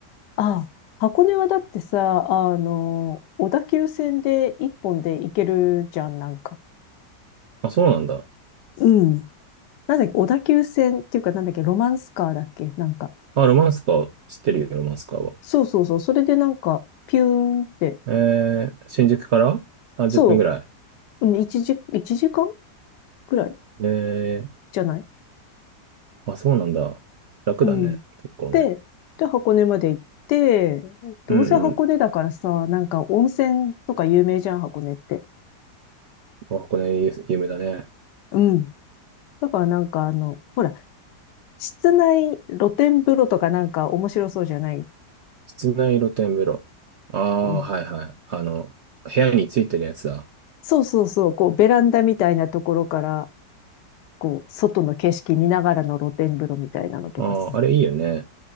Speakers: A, on the left; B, on the right.
A: あ、箱根はだってさ、あの、小田急線で一本で行けるじゃん、なんか。
B: あ、そうなんだ。
A: うんなんだっけ、小田急線っていうか、なんだっけ、ロマンスカーだっけ、なんか。
B: あ、ロマンスカー知ってるよ、ロマンスカーは。
A: そうそうそう。それでなんか、ピューンって。
B: えー、新宿から30分ぐらい。
A: そう。うん、1時、一時間ぐらい
B: え
A: じゃない
B: ー、あ、そうなんだ。楽だね。
A: うん。
B: 結構ね。
A: で、で、箱根まで行って、どうせ箱根だからさ、
B: うんうん。
A: なんか温泉とか有名じゃん、箱根って。
B: あ、これ有有名だね。
A: うん。だからなんかあの、ほら、室内露天風呂とかなんか面白そうじゃない。
B: 室内露天風呂。ああ、
A: うん。
B: はいはい。あの、部屋についてるやつだ。
A: そうそうそう。こう、ベランダみたいなところから、こう、外の景色見ながらの露天風呂みたいなのとかさ。
B: ああ、あれいいよね。